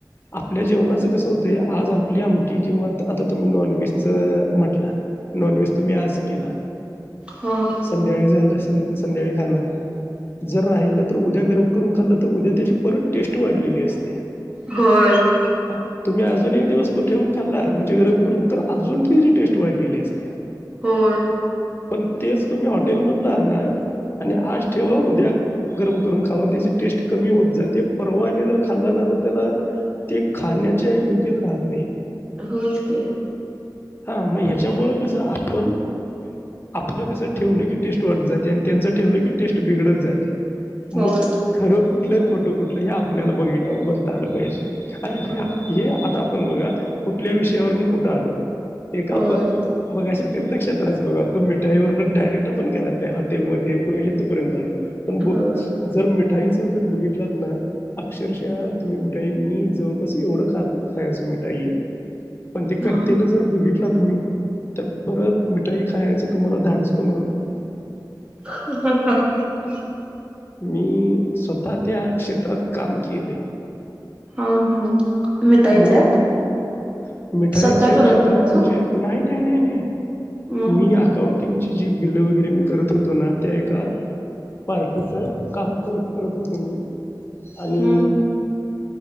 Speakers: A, on the left; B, on the right.
A: आपल्या जेवणाचं कसं होते आज आपली आमटी किंवा आता तुम्ही नॉनव्हेजच म्हटलं. नॉन व्हेज तुम्ही आज केला
B: होय
A: संध्याकाळी झाला संध्याकाळी खाणार. जर राहिलं तर उद्या गरम करून खाल्लं तर उद्या त्याची परत टेस्ट वाढलेली असते.
B: होय.
A: हा तुम्ही अजून एक दिवस प ठेवून खल्ला म्हणजे गरम करून तर अजून त जी टेस्ट वाढलेली अस त्या.
B: होय.
A: पण तेच तुम्ही हॉटेलमधलं आह ना. आणि आश ठेवा उद्या गरम करून खावा त्याची टेस्ट कमी होत जाते परवा आणि जर खाल्ला ना तर. त्याला ते खाण्याच्या योग्यच राहत नाही ते.
B: होयाचकी.
A: हा मग ह्याच्यामु. कस आपण आपलं कसं ठेवलं की टेस्ट वाटत जाते आणि त्यांच ठेवलं की टेस्ट बिडत जाते मग
B: होय
A: खरं कुठल आणि खोट कुठल हे आपल्याला बघता आलं पाहिजे आणि
B: होय
A: आपण बघा कुठल्या विषयावरून कुठं आलो एक
B: होय
A: आपण तीर्थक्षेत्राचा बघालतो घरातल्या मिठाईवरून डायरेक्ट आपण हॉटेल पर्यंत आलो पण
B: होय
A: मिठाईचा जर बघितलात ना अक्षरशः तुम्ही मिठाई मी जवळपास एवढं खात खायचो मिठाई पण ते करताना
B: हा
A: जर बघितला तुम्ही तर परत मिठाई खायचं तुम्हाला धाडस पण होणार नाही
B: ह ह
A: मी स्वतः त्या क्षेत्रात काम केले
B: हा हम् मिठाईच्या
A: म्हणून मला ते मिठाईच्या
B: स्वतः करत
A: क्षेत्रात
B: होतासा
A: म्हणजे नाही नाही नाही नाही
B: मग
A: मी अकाउंटिंग ची जी बिल्ल वगैरे मी करत होतो ना त्या एका पार्क तिच काम करत करत होत मी आणि
B: हम्म